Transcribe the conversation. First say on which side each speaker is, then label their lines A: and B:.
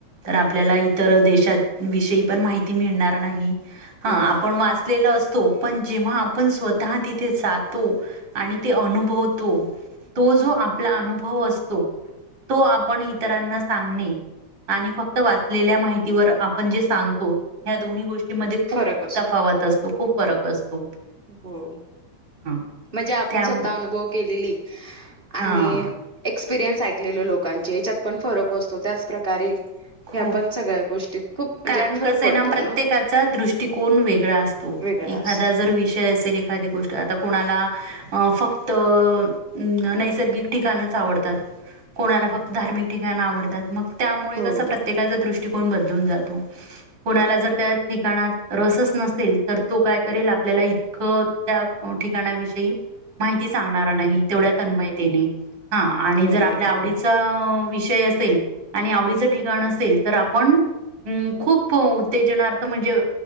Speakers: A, on the right; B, on the right.
A: तर आपल्याला इतर देशात विषयी पण माहिती मिळणार नाही हा
B: हो
A: आपण वास्त <unintelligible> असतो पण जेव्हा आपण स्वतः तिथे जातो आणि ते अनुभवतो तो जो आपला अनुभव असतो तो आपण इतरांना सांगणे आणि फक्त वाचलेल्या माहितीवर आपण जे सांगतो या दोन्ही गोष्टी मध्ये
B: फरक असतो
A: तफावत असतो खूप फरक असतो.
B: हो
A: हा
B: म्हणजे आपण
A: त्या
B: स्वतः अनुभव केलेली.
A: हा
B: आणि एक्सपिरीयन्स ऐकलेलं लोकांचे याच्यात पण फरक असतो त्याच प्रकारे
A: खूप,
B: ह्या पण सगळ्या गोष्टीत खूप म्हणजे
A: कारण
B: फरक
A: कसं
B: पडतो
A: आहे ना प्रत्येकाचा दृष्टिकोन वेगळा अ
B: वेगळा
A: एखादा
B: असतो
A: जर विषय असेल एखादी गोष्ट आता कोणाला फक्त नैसर्गिक ठिकाणच च आवडतात कोणाला फक्त धार्मिक ठिकाण आवडतात मग त्यामुळे
B: हो
A: कस त्याचा दृष्टीकोन बदलून जातो. कुणाला जर त्या ठिकाणात रसच नसेल तर तो काय करेल आपल्याला इ ख त्या ठिकाण्या विषयी माहिती सांगणार नाही तेवढ्या तन्मय <unintelligible> हा आणि
B: बरोबर
A: जर आपल्या आवडीच त विषय असेल येईल आणि आवडी ठिगाण असेल तर आपण, हम्म खूप तेजणार्थ म्हणजे